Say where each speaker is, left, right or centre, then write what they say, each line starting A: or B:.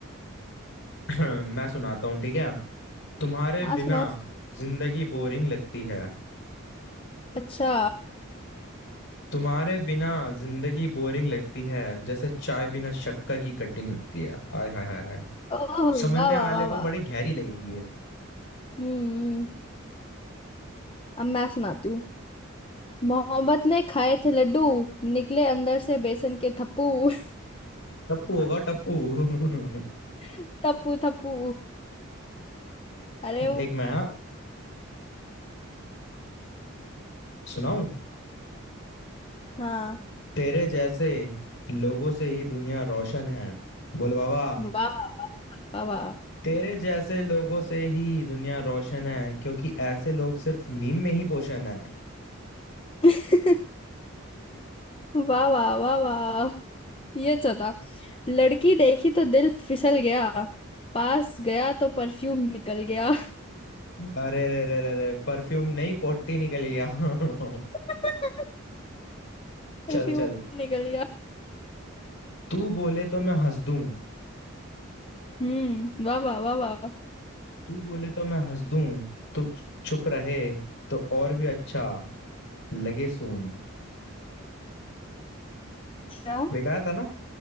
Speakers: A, on the left (about 60°); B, on the left (about 25°).
A: <clears throat> मैं सुनाता हूँ ठीक है तुम्हारे
B: हाँ सुनाओ
A: बिना जिंदगी बोरिंग लगती है
B: अच्छा
A: तुम्हारे बिना जिंदगी बोरिंग लगती है जैसे चाय बिना शक्कर की कटिंग लगती है हाय हाय हाय हाय
B: ओह
A: समझने
B: वाह वाह
A: वाले
B: वाह
A: को
B: वाह
A: बड़ी गहरी लगेगी ये।
B: हम्म अब मैं सुनाती हूँ मोहब्बत ने खाए थे लड्डू निकले अंदर से बेसन के थप्पू
A: टप्पू होगा टप्पू <laughs>
B: <laughs> थप्पू थप्पू अरे वो
A: एक मैं हाँ सुनाऊं
B: हाँ
A: तेरे जैसे लोगों से ही दुनिया रोशन है बोल बाबा
B: वाह वाह वाह वाह
A: तेरे जैसे लोगों से ही दुनिया रोशन है क्योंकि ऐसे लोग सिर्फ मीम में ही पोषण है
B: <laughs> वाह वाह वाह वाह। ये चता लड़की देखी तो दिल फिसल गया पास गया तो परफ्यूम निकल गया
A: अरे रे रे रे रे परफ्यूम नहीं पोटी निकल गया <laughs>
B: <laughs>
A: चल
B: परफ्यूम
A: चल
B: निकल गया
A: तू बोले तो मैं हंस दूं
B: हम्म वाह वाह वाह वाह
A: तू बोले तो मैं हंस दूं तू छुप रहे तो और भी अच्छा लगे सून
B: क्या
A: बेकार था ना